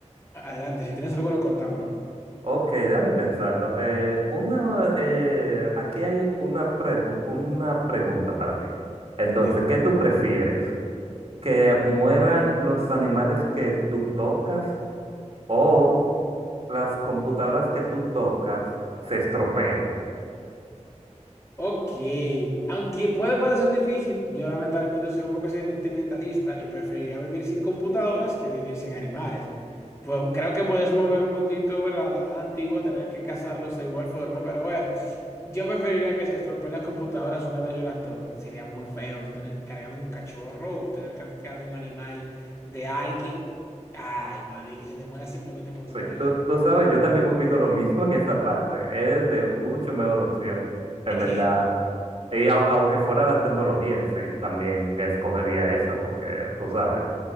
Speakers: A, on the left (about 20°); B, on the right (about 50°).
A: Adelante, si tienes alguno, contámelo.
B: Ok, déjame pensarlo. Eh, una, eh, aquí hay una, pregu- una pregunta para ti. Entonces,
A: Dime.
B: ¿qué tú prefieres? ¿Que mueran los animales que tú tocas? o las computadoras que tú tocas se estropean.
A: Ok, aunque puede parecer difícil, yo lamentablemente soy un poco sentimentalista y preferiría vivir sin computadoras que vivir sin animales. Pues creo que puedes mover un poquito, ¿verdad? La edad antigua, tener que cazarlos de igual forma, pero bueno, yo preferiría que se estropeen las computadoras una vez yo las toque. Sería muy feo tú tener cargado un cachorro o tener cargado un animal de alguien. Ay, mano, y que se te muera simplemente por
B: Sí,
A: tú ponerle
B: tú,
A: la...
B: tú sabes, yo también opino lo mismo en esa parte. Es me- mucho mejor opción, en
A: Es
B: verdad.
A: que,
B: Y au- aunque fuera la tecnología en sí, también escogería esa porque, tú sabes,